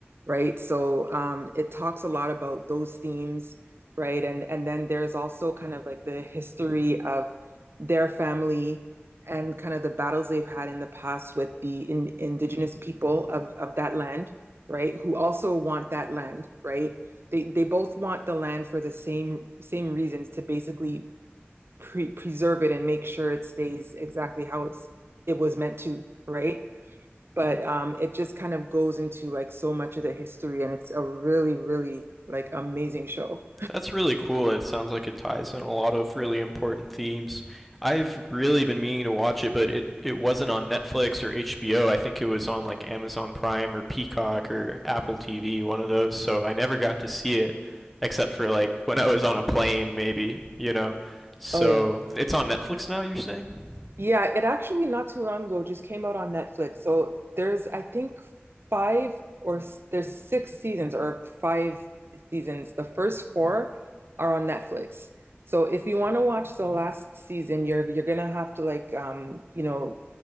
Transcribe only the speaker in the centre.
That's really cool. It sounds like it ties in a lot of really important themes. I've really been meaning to watch it, but it, it wasn't on Netflix or HBO. I think it was on like Amazon Prime or Peacock or Apple TV, one of those. So I never got to see it, except for like when I was on a plane, maybe, you know. So
it's on Netflix now, you're saying?